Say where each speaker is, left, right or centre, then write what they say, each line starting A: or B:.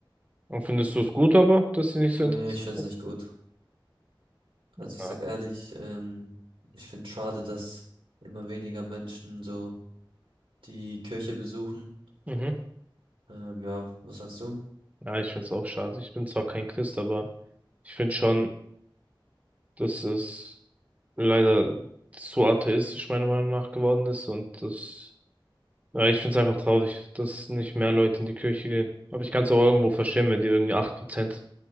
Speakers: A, on the right; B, on the right.
A: Und findest du es gut aber, dass sie nicht
B: nee,
A: so interessiert
B: ich finde es
A: ist
B: nicht gut. Also
A: Ja.
B: ich sag ehrlich, ähm, ich finde schade, dass immer weniger Menschen so die Kirche besuchen.
A: Mhm.
B: Ähm, ja, was sagst du?
A: Ja, ich find's auch schade. Ich bin zwar kein Christ, aber ich finde schon, dass es leider zu atheistisch meiner Meinung nach geworden ist und das Ja, ich finde es einfach traurig, dass nicht mehr Leute in die Kirche gehen. Aber ich kann es auch irgendwo verstehen, wenn die irgendwie 8%